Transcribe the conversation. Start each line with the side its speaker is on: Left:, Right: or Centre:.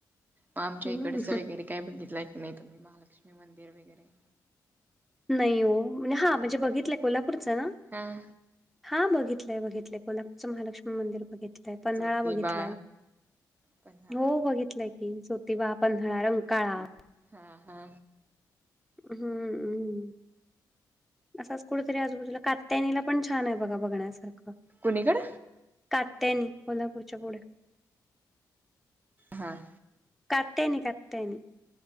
Right: मग आमच्या
Centre: हम्म
Right: इकडचा वगैरे. काय बघितलाय की नाही, तुम्ही महालक्ष्मी मंदिर वगैरे.
Centre: नाही हो म्हणजे हा
Right: नाही
Centre: म्हणजे, बघितलंय
Right: काय
Centre: कोल्हापूरच ना
Right: हा
Centre: हा बघितलंय बघितलंय. कोल्हापूरचा महालक्ष्मी मंदिर बघितलाय, पन्हाळा
Right: ज्योतिबा
Centre: बघितलाय
Right: पण हा
Centre: हो बघितलाय. जोतिबा पन्हाळा रंकाळा.
Right: हा हा.
Centre: हम्म अम असाच कुठेतरी आजूबाजूला कात. कात्यानीला पण छान आहे बघा बघण्यासारखं.
Right: कुणीकड.
Centre: कात्यायन कोल्हापूरच्या पुढे.
Right: हां.
Centre: कात्यायनी कात्यायनी.